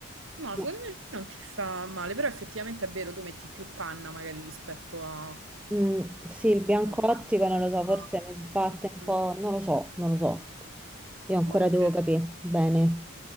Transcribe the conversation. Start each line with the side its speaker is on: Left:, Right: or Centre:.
Right: No,
Centre: Boh.
Right: secondo me non ti sta male, però effettivamente è vero, tu metti più panna magari rispetto a-
Centre: Mm, sì, il bianco
Right: al bianco.
Centre: ottico non lo so,
Right: Ma
Centre: forse mi sbatte un
Right: mm,
Centre: po', non lo so, non lo so. Io ancora
Right: ma non
Centre: devo
Right: credo.
Centre: capire bene.